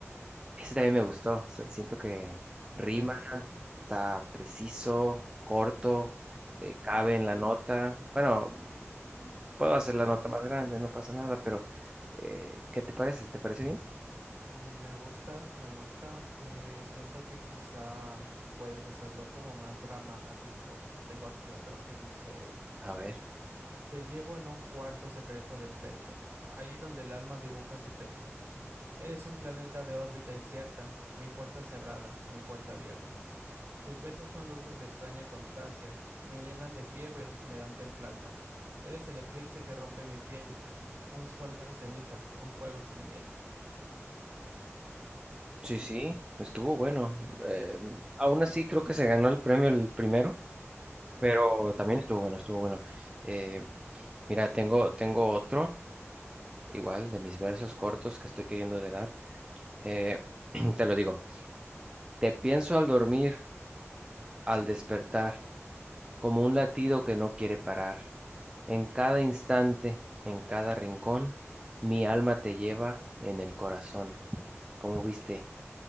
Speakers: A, on the right (about 20°); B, on the right (about 50°).
A: Ese también me gustó. so- Siento que rima,
B: me gustó.
A: está preciso, corto,
B: Ok,
A: eh, cabe
B: sí,
A: en la nota. Bueno, puedo hacer
B: sí,
A: la nota
B: sí,
A: más
B: sí.
A: grande, no pasa nada, pero eh, ¿qué te parece? ¿Te parece bien?
B: Me gusta, me gusta, aunque siento que quizá puedes hacerlo como más dramático. Tengo aquí otro que dice,
A: A ver.
B: Te llevo en un cuarto secreto del pecho, ahí donde el alma dibuja su techo. Eres un planeta de órbita incierta, mi puerta cerrada, mi puerta abierta. Tus besos son luces de extraña constancia, me llenan de fiebre, me dan templanza. Eres el eclipse que rompe mi piel, un sol de ceniza, un fuego sin miel.
A: Sí, sí,
B: Y ya.
A: estuvo bueno. Eh,
B: Mm,
A: aún así creo que se ganó el premio el primero.
B: ok,
A: pero
B: sí.
A: también estuvo bueno, estuvo bueno. Eh, mira, tengo, tengo otro, igual, de mis versos cortos que estoy queriendo le dar. Eh, <clears throat> te lo digo, te pienso al dormir, al despertar, como un latido que no quiere parar. En cada instante, en cada rincón, mi alma te lleva en el corazón. ¿Cómo viste?